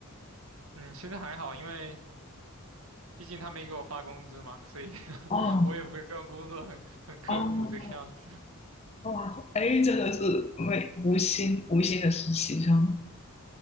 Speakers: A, on the right; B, on the left.
A: 嗯，其实还好，因为毕竟他没给我发工资嘛，所以 <laughs>
B: 哦，
A: 我也不用工作很很刻苦这个样子。
B: 哦，哇，哎，真的是没无心无心的实习生。